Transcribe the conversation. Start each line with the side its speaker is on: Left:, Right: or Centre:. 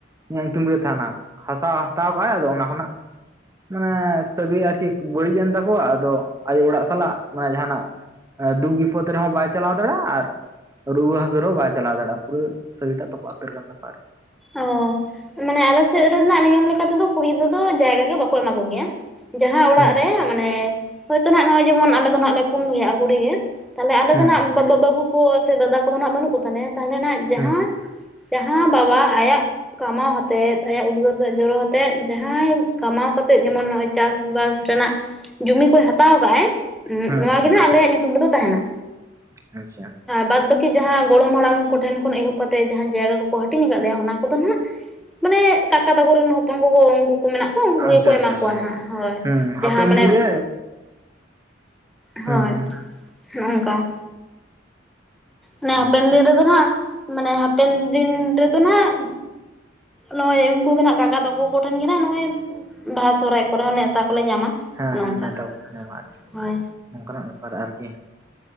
Right: ᱤᱧᱟᱹᱜ ᱧᱩᱛᱩᱢ ᱨᱮ ᱛᱟᱦᱮᱱᱟ ᱦᱟᱥᱟ ᱦᱟᱛᱟᱣ ᱠᱟᱜᱼ ᱟᱭ ᱟᱫᱚ ᱚᱱᱟ ᱠᱷᱚᱱᱟᱜ᱾ ᱢᱟᱱᱮ ᱥᱟᱹᱜᱟᱹᱭ ᱟᱨᱠᱤ ᱵᱟᱹᱲᱤᱡ ᱮᱱ ᱛᱟᱠᱚᱣᱟ ᱟᱫᱚ ᱟᱭᱳ ᱚᱲᱟᱜ ᱥᱟᱞᱟᱜ ᱢᱟᱱᱮ ᱡᱟᱦᱟᱱᱟᱜ᱾ ᱫᱩᱠ ᱵᱤᱯᱚᱫ ᱨᱮᱦᱚᱸ ᱵᱟᱭ ᱪᱟᱞᱟᱣ ᱫᱟᱲᱮᱭᱟᱜᱼᱟ ᱟᱨ᱾ ᱨᱩᱣᱟᱹ ᱦᱟᱹᱥᱩ ᱨᱮᱦᱚᱸ ᱵᱟᱭ ᱪᱟᱞᱟᱣ ᱫᱟᱲᱮᱭᱟᱜᱼᱟ ᱯᱩᱨᱟᱹ ᱥᱟᱹᱜᱟᱹᱭ ᱴᱟᱜ ᱛᱚᱯᱟᱜ ᱩᱛᱟᱹᱨ ᱠᱟᱱ ᱛᱟᱠᱚᱣᱟ ᱟᱨᱠᱤ ᱾
Centre: ᱚ ᱢᱟᱱᱮ ᱟᱞᱮ ᱥᱮᱫ ᱨᱮᱱᱟᱜ ᱱᱤᱭᱚᱢ ᱞᱮᱠᱟ ᱛᱮᱫᱚ, ᱠᱩᱲᱤ ᱜᱤᱫᱽᱨᱟᱹ ᱫᱚ ᱡᱟᱭᱜᱟ ᱜᱮ ᱵᱟᱠᱚ ᱮᱢᱟ ᱠᱚ ᱜᱮᱭᱟ᱾ ᱡᱟᱦᱟᱸ
Right: ᱦᱩᱸ
Centre: ᱚᱲᱟᱜ ᱨᱮ, ᱢᱟᱱᱮ ᱦᱚᱭᱛᱳ ᱱᱟᱜ ᱱᱚᱜᱼᱚᱭ ᱡᱮᱢᱚᱱ ᱟᱞᱮ ᱫᱚ ᱱᱟᱜ ᱞᱮ ᱯᱩᱱ ᱵᱚᱭᱦᱟᱜ-ᱟ ᱠᱩᱲᱤ ᱜᱮ᱾ ᱛᱟᱞᱦᱮ ᱟᱞᱮ
Right: ᱦᱩᱸ
Centre: ᱫᱚ ᱱᱟᱜ ᱵᱟᱹ ᱵᱟᱹ ᱵᱟᱹᱵᱩ ᱠᱚ, ᱥᱮ ᱫᱟᱫᱟ ᱠᱚᱫᱚ ᱱᱟᱜ ᱵᱟᱹᱱᱩᱜ ᱠᱚᱛᱟᱞᱮᱭᱟ᱾ ᱛᱟᱞᱦᱮ ᱱᱟᱜ ᱡᱟᱦᱟᱸ
Right: ᱦᱩᱸ
Centre: ᱡᱟᱦᱟᱸ ᱵᱟᱵᱟ ᱟᱭᱟᱜ ᱠᱟᱢᱟᱣ ᱦᱟᱛᱮᱫ, ᱟᱭᱟᱜ ᱩᱫᱜᱟᱹᱨ ᱫᱟᱜ ᱡᱚᱨᱚ ᱟᱛᱮᱫ ᱡᱟᱦᱟᱸᱭ ᱠᱟᱢᱟᱣ ᱠᱟᱛᱮᱫ᱾ ᱡᱮᱢᱚᱱ ᱱᱚᱜᱼᱚᱭ ᱪᱟᱥᱵᱟᱥ ᱨᱮᱱᱟᱜ ᱡᱚᱢᱤ ᱠᱚᱭ ᱦᱟᱛᱟᱣ ᱠᱟᱜ-ᱟᱭ
Right: ᱦᱩᱸ
Centre: ᱱᱚᱣᱟ
Right: ᱦᱩᱸ
Centre: ᱜᱮ ᱱᱟᱸᱜ ᱟᱞᱮᱭᱟᱜ ᱧᱩᱛᱩᱢ ᱨᱮᱫᱚ ᱛᱟᱦᱮᱸᱱᱟ᱾
Right: ᱟᱪᱪᱷᱟ
Centre: ᱵᱟᱫ ᱵᱟᱹᱠᱤ ᱡᱟᱦᱟᱸ ᱜᱚᱲᱚᱢ ᱦᱟᱲᱟᱢ ᱠᱚᱴᱷᱮᱱ ᱠᱷᱚᱱ ᱮᱦᱚᱵ ᱠᱟᱛᱮ, ᱡᱟᱦᱟᱸ ᱡᱟᱭᱜᱟ ᱠᱚᱠᱚ ᱦᱟᱹᱴᱤᱧ ᱠᱟᱜ ᱞᱮᱭᱟ ᱚᱱᱟ ᱠᱚᱫᱚ ᱱᱟᱜ ᱢᱟᱱᱮ ᱠᱟᱠᱟ ᱛᱟᱠᱚᱨᱮᱱ ᱦᱚᱯᱚᱱ ᱠᱚᱠᱚ ᱩᱝᱠᱩ ᱠᱚ ᱢᱮᱱᱟᱜ ᱩᱱᱠᱩ
Right: ᱟᱪᱪᱷᱟ
Centre: ᱜᱮᱠᱚ ᱮᱢᱟ
Right: ᱟᱪᱪᱷᱟ ᱟᱪᱪᱷᱟ
Centre: ᱠᱚᱣᱟ ᱦᱟᱜ ᱦᱳᱭ
Right: ᱦᱩᱸ ᱦᱟᱯᱮᱱ
Centre: ᱡᱟᱦᱟᱸ ᱢᱟᱱᱮ
Right: ᱫᱤᱱ ᱨᱮ
Centre: ᱦᱳᱭ
Right: ᱦᱩᱸ ᱦᱩᱸ
Centre: ᱱᱚᱜ-ᱚᱝᱠᱟ᱾ ᱢᱟᱱᱮ ᱦᱟᱯᱮᱱ
Right: ᱟᱪᱪᱷᱟ
Centre: ᱫᱤᱱ
Right: ᱟᱪᱪᱷᱟ
Centre: ᱨᱮᱫᱚ ᱱᱟᱜ, ᱢᱟᱱᱮ ᱦᱟᱯᱮᱱ ᱫᱤᱱ ᱨᱮᱫᱚ ᱱᱟᱜ᱾ ᱱᱚᱜᱼᱚᱭ ᱩᱱᱠᱩ ᱜᱮ ᱱᱟᱜ ᱠᱟᱠᱟ ᱛᱟᱠᱩ ᱠᱚᱴᱷᱮᱱ ᱜᱮ ᱱᱟᱜ ᱱᱚᱜᱼᱚᱭ ᱵᱟᱦᱟ, ᱥᱚᱦᱨᱟᱭ, ᱠᱚᱨᱮ ᱦᱚᱸ ᱱᱮᱣᱛᱟ ᱠᱚᱞᱮ ᱧᱟᱢᱟ᱾
Right: ᱦᱮᱸ
Centre: ᱚᱱᱮ
Right: ᱦᱮᱸ
Centre: ᱚᱱᱠᱟ
Right: ᱱᱮᱣᱛᱟ ᱠᱚᱯᱮ ᱧᱟᱢᱟ, ᱟᱨᱠᱤ
Centre: ᱦᱳᱭ
Right: ᱚᱝᱠᱟᱱᱟᱜ ᱵᱮᱯᱟᱨ ᱟᱨᱠᱤ᱾